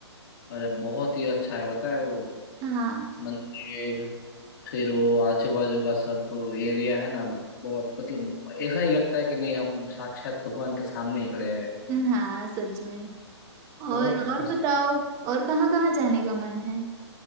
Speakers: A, on the left; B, on the right.
A: अरे बहुत ही अच्छा है बताए वो
B: हाँ
A: मंदिर फिर वो आजू बाजू का सब एरिया है ना बहुत मतलब ऐसा ही लगता है कि नहीं हम साक्षात भगवान के सामने ही खड़े हैं
B: हाँ सच में
A: बहुत
B: और और
A: मस्त
B: बताओ
A: है
B: और कहाँ कहाँ जाने का मन है